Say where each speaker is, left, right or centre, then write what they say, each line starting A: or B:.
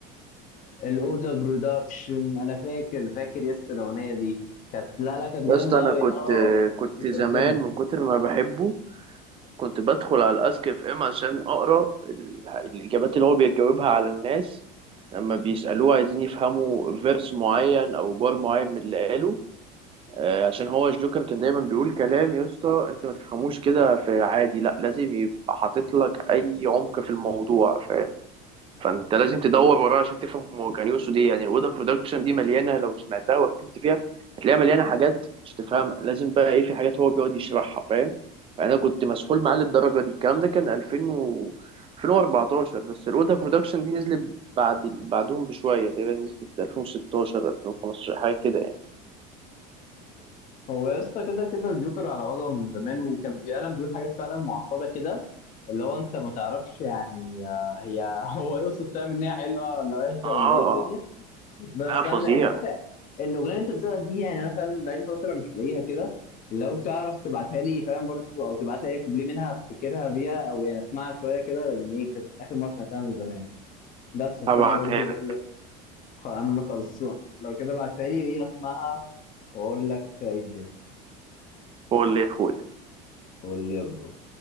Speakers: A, on the left; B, on the right.
A: الاوضه برودكشن انا فاكر فاكر يا اسطى الاغنيه دي كانت لا لا كانت جامده
B: يا اسطى أنا
A: قوي
B: كنت
A: اه
B: كنت
A: فكرتني
B: زمان من كتر ما بحبه كنت بدخل على الأسك اف ام عشان أقرأ ال- الإجابات اللي هو بيجاوبها على الناس لما بيسألوه عايزين يفهموا فيرس معين أو بار معين من اللي قاله آه، عشان هو الجوكر كان دايما بيقول كلام يا اسطى انت ما تفهموش كده في عادي لا لازم يبقى حاطط لك اي عمق في الموضوع فاهم فانت لازم تدور وراه عشان تفهم هو كان يقصد ايه يعني الودا برودكشن دي مليانه لو سمعتها وركزت فيها هتلاقيها مليانه حاجات مش تفهم لازم بقى ايه في حاجات هو بيقعد يشرحها فاهم فانا كنت مسحول معاه للدرجه دي الكلام ده كان 2000 و 2014 بس الودا برودكشن دي نزلت بعد بعدهم بشويه تقريبا نزلت 2016 2015 حاجه كده يعني
A: هو يا اسطى كده كده الجوكر على وضعه من زمان وكان بيعلم بيقول حاجات فعلا معقدة كده اللي هو انت ما تعرفش يعني آه، هي <laughs> هو يقصد فاهم ان هي حلوة ولا وحشة
B: اه
A: ولا ايه الدنيا بس
B: لا فظيع
A: انا انت عارف الاغنية اللي انت بتقولها دي يعني انا فاهم بقالي فترة مش لاقيها كده لو تعرف تبعتها لي فاهم برضو او تبعت لي اي كوبليه منها افتكرها بيها او يعني اسمعها شوية كده لان ايه كانت اخر مرة سمعتها من زمان بس اسمعها
B: هبعتها
A: برضو واقول
B: لك
A: لك اما خلصان لو كده بعتها لي ايه اسمعها واقول لك ايه الدنيا
B: قول لي يا اخويا
A: قول لي يا برو